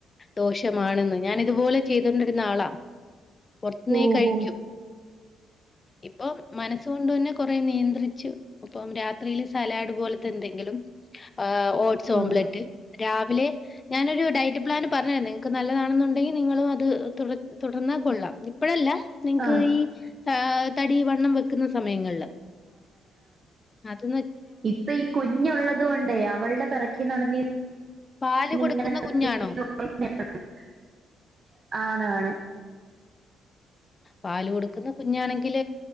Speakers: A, on the left; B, on the right.
A: ദോഷം ആണെന്ന് ഞാൻ ഇതുപോലെ ചെയ്തൊണ്ടിരുന്ന ആളാ പുറത്തുന്നെ
B: ഓഹോ
A: കഴിക്കൂ ഇപ്പോ മനസ്സ് കൊണ്ട് തന്നെ കൊറേ നിയന്ത്രിച്ചു ഇപ്പം രാത്രി സലാഡ് പോലത്തെ എന്തെങ്കിലും ആ ഓട്സ് ഓംപ്ലേറ്റ്
B: ഉം
A: രാവിലെ ഞാനൊരു ഡയറ്റ് പ്ലാൻ പറഞ്ഞതരുന്നു നിങ്ങക്ക് നല്ലതാണെന്നണ്ടങ്കിൽ നിങ്ങളും അത് തുടർന്നാ കൊള്ളാം ഇപ്പോഴല്ലേ നിങ്ങക്ക്
B: ആഹ്
A: ഈ തടി വണ്ണം വെക്കുന്ന സമയങ്ങളിൽ അത്
B: ഇപ്പോ ഈ കുഞ്ഞള്ളത് കൊണ്ടേ അവളുടെ പിറകെ നടന്ന്
A: പാല് കൊടുക്കുന്ന
B: ങ്ങനെ <unintelligible>
A: കുഞ്ഞാണോ?
B: ആണ് ആണ്
A: പാൽ കൊടുക്കുന്ന കുഞ്ഞാണെങ്കിൽ